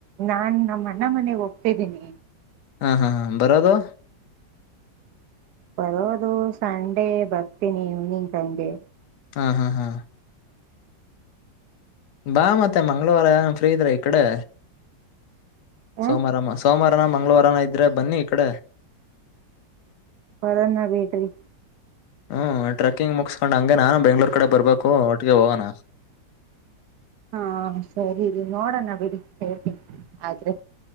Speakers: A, on the right; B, on the left.
A: ನಾನ್ ನಮ್ಮ ಅಣ್ಣಾ ಮನೆಗ್ ಹೋಗ್ತಿದ್ದೀನಿ.
B: ಹಾ ಹಾ ಹಾ ಬರೋದು
A: ಬರೋದು ಸಂಡೇ ಬರ್ತೀನಿ ಇವ್ನಿಂಗ್ ಹಂಗೆ.
B: ಹಾ ಹಾ ಹಾ ಬಾ ಮತ್ತೆ ಮಂಗ್ಳವಾರ ಫ್ರೀ ಇದ್ರ ಈ ಕಡೆ.
A: ಹ
B: ಸೋಮವಾರಮ್ಮ ಸೋಮಾರ ಮಂಗಳವಾರನ ಇದ್ರೆ ಬನ್ನಿ ಈ ಕಡೆ.
A: ಬರೋಣ ಬಿಡ್ರಿ,
B: ಹ್ಮ್ ಟ್ರೆಕ್ಕಿಂಗ್ ಮುಗಸ್ಕೊಂಡ್ ಹಂಗೆ ನಾನು ಬೆಂಗ್ಳೂರ್ ಕಡೆ ಬರ್ಬೇಕು ಒಟ್ಟಿಗೆ ಹೋಗೋಣ.
A: ಹಾ ಸರಿ ರಿ ನೋಡೋಣ ಬಿಡಿ ಹೇಳ್ತೀನಿ ಆದ್ರೆ.